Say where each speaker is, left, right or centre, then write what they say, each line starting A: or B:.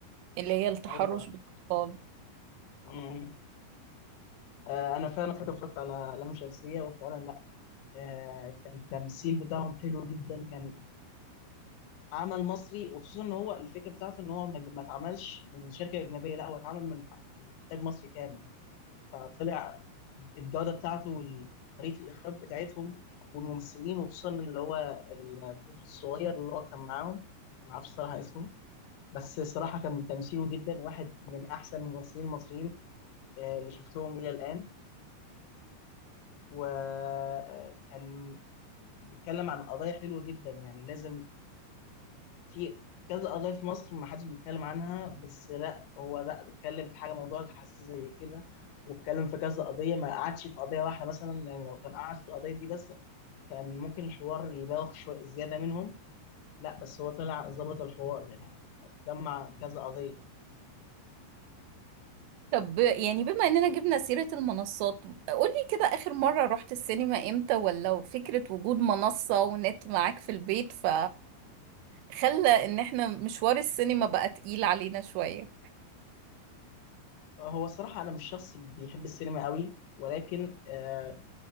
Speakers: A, on the right; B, on the left.
A: اللي هي التحرش
B: أيوه
A: بالاطفال
B: أمم، آه أنا فعلا فاكر اتفرجت على لام شمسية وفعلا لا آه كان التمثيل بتاعهم حلو جدا كان عمل مصري وخصوصا إن هو الفكرة بتاعته إن هو ما ما اتعملش من شركة أجنبية لا هو اتعمل من من إنتاج مصري كامل فطلع الجودة بتاعته وطريقة الإخراج بتاعتهم والممثلين وخصوصا اللي هو الطفل الصغير اللي هو كان معاهم معرفش صراحة اسمه بس الصراحة كان تمثيله جدا واحد من أحسن الممثلين المصريين آه، اللي شفتهم إلى الآن وكان بيتكلم عن قضايا حلوة جدا يعني لازم في كذا قضية في مصر ما حدش بيتكلم عنها بس لا هو لا اتكلم في حاجة موضوع حساس زي كده واتكلم في كذا قضية ما قعدش في قضية واحدة مثلا يعني لو كان قعد في القضية دي بس كان ممكن الحوار يبالغ شوية زيادة منهم لا بس هو طلع ظبط الحوار يعني جمع كذا قضية
A: طب يعني بما اننا جبنا سيرة المنصات قولي كده اخر مرة رحت السينما امتى ولا فكرة وجود منصة ونت معاك في البيت ف خلى ان احنا مشوار السينما بقى تقيل علينا شوية
B: هو الصراحة أنا مش شخص بيحب السينما قوي ولكن آه،